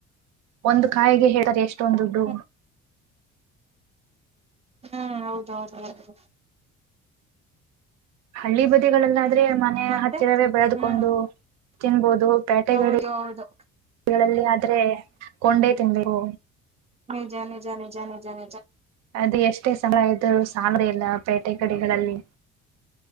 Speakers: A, on the right; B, on the right.
A: ಒಂದು ಕಾಯ್ಗೆ. ಹೇಳ್ತರೆ ಎಷ್ಟೊಂದ್ ದುಡ್ಡು.
B: ಹ್ಮ್ ಹ್ಮ್ ಹೌದೌದು ಹೌದು.
A: ಹಳ್ಳಿ ಬದಿಗಳೆಲ್ಲ. ಅಂದ್ರೆ ಮನೆ
B: ಮತ್ತೆ
A: ಹತ್ತಿರವೇ ಬೆಳೆದ್ಕೊಂಡು.
B: ಹ್ಮ್
A: ತಿನ್ಬೋದು. ಪ್ಯಾಟೆಗಡೆ
B: ಹೌದು ಹೌದು
A: ಗಳಲ್ಲಿ ಆದ್ರೆ ಕೊಂಡೆ ತಿನ್ನಬೇಕು.
B: ನಿಜಾ ನಿಜಾ ನಿಜಾ ನಿಜಾ ನಿಜಾ.
A: ಅದು ಎಷ್ಟೇ ಸಮಳ ಇದು ಸಲ್ರಿ ಇಲ್ಲ ಪೇಟೆ ಕಡೆಗಳಲ್ಲಿ